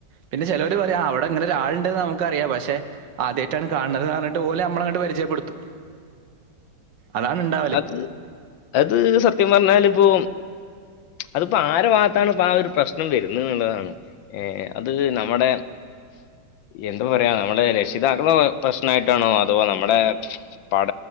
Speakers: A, on the right; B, on the left.
A: പിന്നെ ചെലൊര് പറയും ആഹ് അവിടെ ഇങ്ങനെ ഒരാളുണ്ടന്ന് നമുക്കറിയാം പക്ഷെ ആദ്യമായിട്ടാണ് കാണുന്നത്ന്ന് പറഞ്ഞട്ട് ഓലെമ്മള അങ്ങട്ട് പരിചയപ്പെടുത്തും അതാണ് ഉണ്ടാവല്
B: അത് അത് സത്യം പറഞ്ഞാൽ ഇപ്പോൊ അതിപ്പോ ആരെ ഭാഗത്താണ് ഇപ്പ ആ ഒരു പ്രശ്നം വരുന്ന്ന്നുള്ളതാണ് ഏഹ് അത് നമ്മുടെ എന്ത്പ്പ പറയാ നമ്മളെ രക്ഷിതാക്കള പ്രശ്നയിട്ടാണോ അതോ നമ്മടെ പഠ